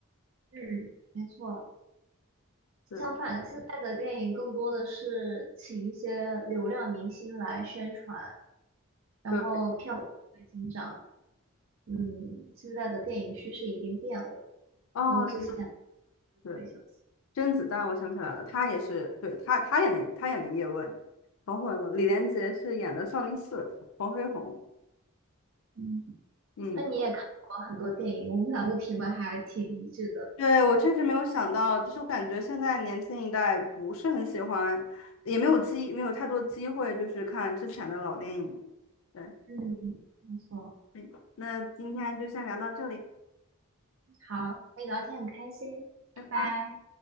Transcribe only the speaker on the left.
对
对，
哦，
对
对。甄子丹，我想起来了，他也是，对，他他演的他演的叶问，搞混了。李连杰是演的少林寺黄飞鸿。
嗯，
对，我确实没有想到，就是我感觉现在年轻一代不是很喜欢，也没有机没有太多机会，就是看之前的老电影。对，
嗯那今天就先聊到这里，
拜拜。